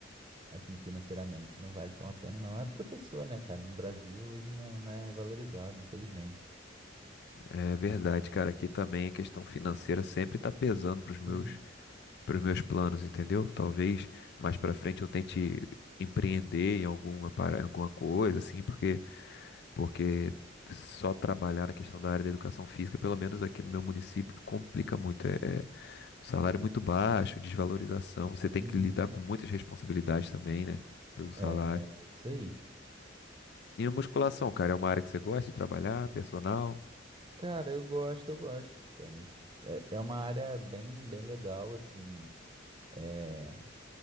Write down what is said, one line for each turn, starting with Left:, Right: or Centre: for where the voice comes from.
Right: assim, financeiramente não vale tão a pena, não. É professor, né, cara? No Brasil hoje não, não é valorizado, infelizmente.
Left: É verdade, cara. Aqui também a questão financeira sempre tá pesando para os
Right: Uhum,
Left: meus, pros meus planos, entendeu? Talvez mais para frente eu tente empreender em alguma, para- alguma coisa, assim, porque, porque só trabalhar na questão da área da educação física, pelo menos aqui no meu município, complica muito. É, é salário muito baixo, desvalorização. Você tem
Right: uhum.
Left: que lidar com muitas responsabilidades também, né? Pelo salário.
Right: É, é isso aí.
Left: E a musculação, cara, é uma área que você gosta de trabalhar, personal?
Right: Cara, eu gosto, eu gosto, cara. É é uma área bem, bem legal, assim. é,